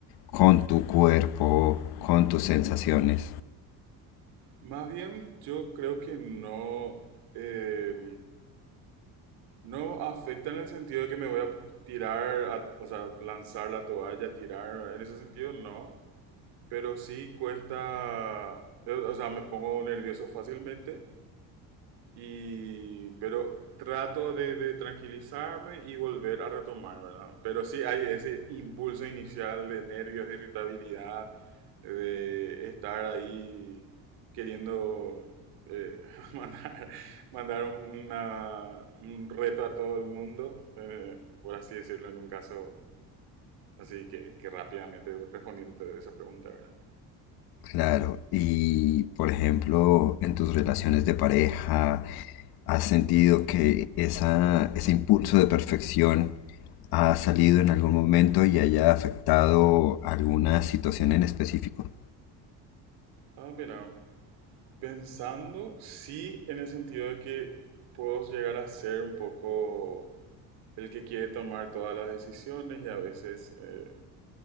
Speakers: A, on the left; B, on the right.
A: con tu cuerpo, con tus sensaciones.
B: Más bien, yo creo que no, eh, no afecta en el sentido de que me voy a tirar, a- o sea, lanzar la toalla, tirar, en ese sentido no. pero sí cuesta, eh, o sea, me pongo nervioso fácilmente, y, pero trato de, de tranquilizarme y volver a retomar, ¿verdad? Pero sí hay ese impulso inicial de nervios, de irritabilidad, de estar ahí queriendo eh, <laughs> mandar, mandar una, un reto a todo el mundo, eh, por así decirlo, en un caso así que, que rápidamente respondiendo a esa pregunta, ¿verdad?
A: Claro, y por ejemplo, en tus relaciones de pareja, ¿has sentido que esa, ese impulso de perfección ha salido en algún momento y haya afectado alguna situación en específico?
B: Ah, mira. Pensando, sí, en el sentido de que puedo llegar a ser un poco el que quiere tomar todas las decisiones y a veces eh,